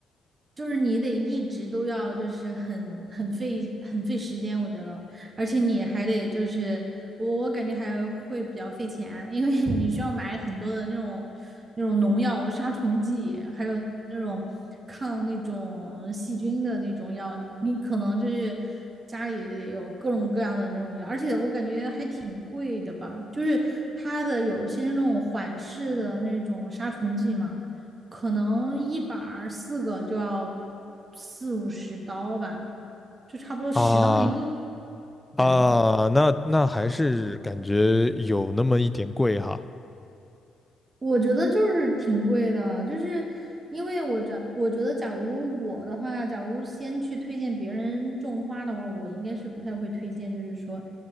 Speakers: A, on the right; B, in the centre.
A: 就是你得一直都要就是很很费很费时间，我觉得。而且你还得就是我我感觉还会比较费钱，因为你需要买很多的那种那种农药、杀虫剂，还有那种抗那种细菌的那种药，你可能就是家里得有各种各样的那种药，而且我感觉还挺贵的吧，就是它的有些那种缓释的那种杀虫剂嘛，可能一板儿四个就要四五十刀吧，就差不多十刀一个，
B: 啊，
A: 对。
B: 啊那那还是感觉有那么一点贵哈。
A: 我觉得就是挺贵的，就是因为我觉我觉得，假如我的话，假如先去推荐别人种花的话，我应该是不太会推荐，就是说，